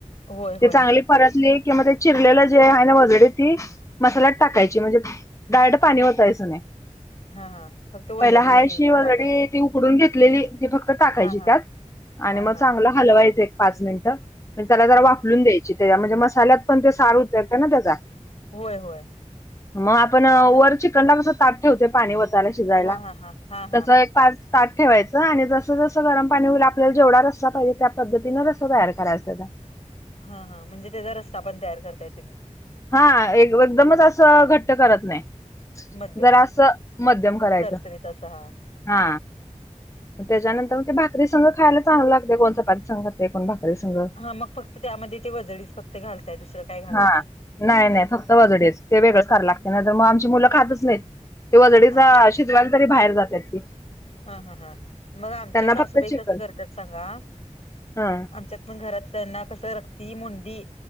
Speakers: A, on the left; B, on the left.
A: होय होय
B: ते चांगली परतली किं मग ते चिरलेलं जे आहे ना वजडी ती मसाल्यात टाकायची म्हणजे डायरेक्ट पाणी वतायच नाही
A: हा हा फक्त वजळी
B: पहिला हायशी वजडी
A: टाकायची
B: ती उकडून घेत कापलेली ती फक्त टाकायची
A: हा हा
B: त्यात आणि
A: हा
B: मग
A: हा
B: चांगलं हलवायचं एक पाच मिनट म्हणजे त्याला जरा
A: हा
B: वाफलून द्यायची त्याच्या म्हणजे मसाल्यात पण ते सार उतरतय ना त्याचा
A: होय होय
B: मग आपण वर चिकन ला कस ताट ठेवते पाणी वतायला शिजायला
A: हा हा हा हा हा
B: तस एक पाच पा ठेवायचं आणि जसं जसं गरम पाणी होईल आपल्याला जेवढा रस्सा पाहिजे त्या पद्धतीनं रस्सा तयार करायचा तेजा
A: हा हा म्हणजे त्याचा रस्ता पण तयार करताय तुम्ही
B: हा एक एकदमच असं घट्ट करत नाही
A: मध्यम
B: जरा असं मध्यम करायचं
A: सरसरीत असा हा
B: हा मग त्याच्यानंतर
A: चालेल
B: मग ते भाकरी संघ खायला चांगल लागतय कोण चपाती संघ खातय कोण भाकरी संघ
A: हा मग फक्त त्यामध्ये ते वजडीच फक्त घालताय दुसरं काय घालत
B: हा
A: नाही
B: नाही नाही फक्त वजडीच ते वेगळंच करायला लागतय नाही तर मग आमची मुलं खातच नाहीत तेि वजडीचा
A: असं
B: शिजवाल तरी बाहेर जातात ती
A: हा हा हा मग आमच्या
B: त्यांना
A: सासूबाई
B: फक्त चिकन
A: कसं करतात सांगा
B: हा
A: आमच्या मग घरात त्यांना कसं रक्ती मुंडी